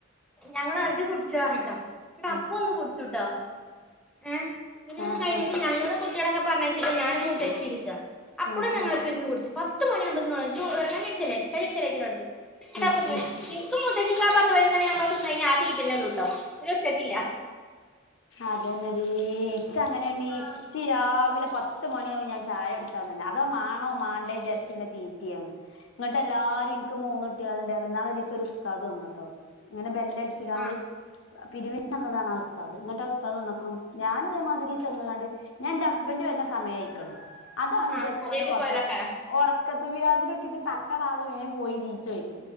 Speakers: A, in the centre; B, on the left.
A: ഞങ്ങളറിം ഇജ്ജ് കുടിചോറിട്ടോ ന്ന്ട്ടപ്പോന്ന്
B: ഉം
A: കുട് ചുട്ടോ ഏഹ് പിന്നെ അത്
B: ആഹ്
A: കഴിഞ്ഞിട്ട്
B: ആഹ്
A: ഞങ്ങള് കുട്ട്യേളെക്കെ പറ്ഞ്ഞയച്ചിട്ട് ഞാനും മുത്തച്ചിരിക്ക അപ്പളും
B: ഉം
A: ഞങ്ങളൊപ്പര്ന്ന്
B: ഉം
A: കുട്ച്ചും പത്ത് മണി ആവുമ്പോതിന്ന് ഓളറിം ചോറ് കഞ്ഞിട്ച്ചല്ലേ കഞ്ഞിട്ച്ചല്ലെച്ച്ടടക്കും ഇതപോക്ക്
B: ഉം ഉം
A: ഇന്ക്കും മൂത്തച്ചിക്കും ആ പത്ത്പെയിനൊന്ന്ണിആഉമ്പ തിന്നഴിഞ്ഞ ആ തീറ്റന്നെ ഉള്ളൂട്ടോ പിനെച്ചയ്ക്കില്ല
B: അതന്നെടി ച്ചങ്ങനേണ്ണി
A: ആഹ്
B: ച്ചിരാവിലെ പത്ത് മണിയാവും ഞാൻ ചായട്ച്ചാൻതന്നെ അതോ മാണോ മാണ്ടെചാർച്ച്ള്ള തീറ്റിയാണ് ഇങ്ങട്ടെ ല്ലാരും ഇന് ക്ക്മൂന്നുട്ടിള്ണ്ടാർന്ന് ഇന്നാളൊരീസം ഒരു ഉസ്താദ് വന്നുട്ടോ ഇങ്ങനെ ബെല്ലെട്ച്ച് കാണ്ട്
A: ആഹ്
B: പിരിവിനന്നതാണ് ആ ഉസ്താദ് ന്ന്ട്ട് ആഹ് ഉസ്താദ് വന്നപ്പോ ഞാനിതെമാതിരീ ചെന്ന്കാണ്ട് ഞാന്റെ ഹസ്ബൻഡറ് വെര്ന്ന സമയായിക്ക്ണ് അതാണ്ജാര്ച്ച്കാണ്ട്
A: ആഹ് അതേറ്റി
B: ഒർക്ക
A: പോയതക്കാരം
B: ഒർക്കത്ത്‌ പിരാന്ത്ല് ചിട്ട് തട്ടടാതെ വേം പോയി നീചെയ്